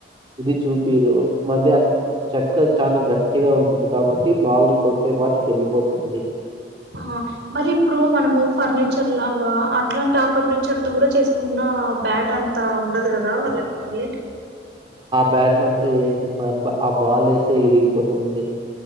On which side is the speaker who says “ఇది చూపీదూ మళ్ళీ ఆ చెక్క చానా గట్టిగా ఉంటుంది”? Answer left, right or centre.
Right